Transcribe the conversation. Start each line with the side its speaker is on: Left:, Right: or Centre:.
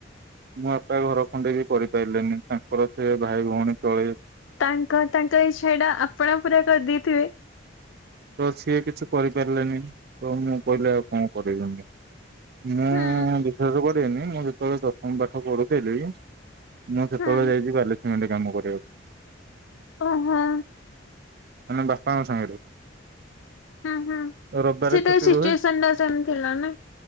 Right: ମୋ ବାପା ଘର ଖଣ୍ଡେ ବି କରିପାରିଲେନି। ତାଙ୍କର ସେ ଭାଇ ଭଉଣୀ ଚଳେ
Left: ତାଙ୍କ ତାଙ୍କ ଇଛା ଏଇଟା ଆପଣ ପୁରା କରିଦେଇଥିବେ।
Right: ତ ସିଏ କିଛି କରିପାରିଲେନି ତ ମୁଁ କହିଲି ଆଉ କଣ କରିଛନ୍ତି। ମୁଁ
Left: ହୁଁ।
Right: ବିଶ୍ଵସ କରିବେନି ମୁଁ ଯେତେବେଳେ ଦଶମ ପାଠ ପଢୁଇଥିଲି। ମୁଁ ସେତେବେଳେ
Left: ହୁଁ
Right: ଯାଇଛି ବାଲିସିମେଣ୍ଟ କାମ କରିବାକୁ।
Left: ଓହଁ।
Right: ମାନେ ବାପାଙ୍କ ସାଙ୍ଗରେ।
Left: ହଁ ହଁ
Right: ରବିବାରେ
Left: ସେଟା
Right: ଛୁଟି
Left: ସିଚୁଏସନ
Right: ରୁହେ
Left: ଟା ସେମିତିଥିଲା ନା।